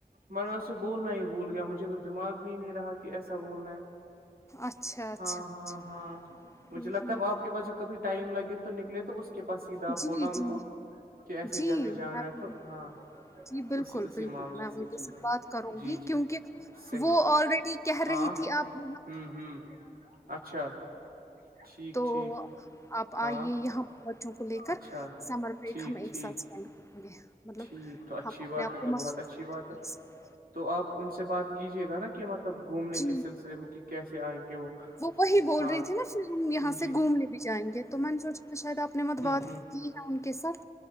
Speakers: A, on the right; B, on the left.
A: میں نے اس سے بولنا ہی بھول گیا مجھے تو دماغ میں ہی نہیں رہا کہ ایسا بولنا ہے
B: اچھا اچھا
A: ہاں ہاں
B: اچھا
A: ہاں مجھے
B: ہوں
A: لگتا
B: ہوں
A: ہے اب آپ کے پاس جب کبھی ٹائم لگے تو نکلے تو اس کے پاس سیدھا
B: جی
A: آپ بولا
B: جی
A: ان کو کہ ایسے
B: جی
A: ج ہمیں
B: میں
A: جانا ہے تو ہاں
B: <unintelligible>
A: اسی اسی معاملے سے جی جی جی صحیح
B: کہہ
A: ہاں
B: رہی تھی آپ
A: ہوں ہوں اچھا ٹھیک
B: تو
A: ٹھیک
B: آپ آئیے
A: ہاں
B: یہاں کو لے کر
A: اچھا
B: سمر بیک
A: ٹھیک
B: ہم ایک
A: ٹھیک
B: ساتھ اسپینڈ کریں گے مطلب
A: ٹھیک تو اچھی
B: ہم اپنے
A: بات
B: آپ
A: ہے
B: کو
A: تو
B: مصروف
A: بہت اچھی
B: رکھیں
A: بات ہے
B: گے اس میں
A: تو آپ ان سے بات کیجے گا نا کہ مطلب گھومنے
B: جی
A: کے سلسلے میں کہ کیسے آئیں گے وہ
B: وہ وہی بول
A: ہاں
B: رہی تھی نا پھر ہم یہاں
A: جی
B: سے گھومنے بھی جائیں گے تو میں نے سوچا شاید آپ نے مت بات
A: ہی <inaudible>
B: کی ان کے ساتھ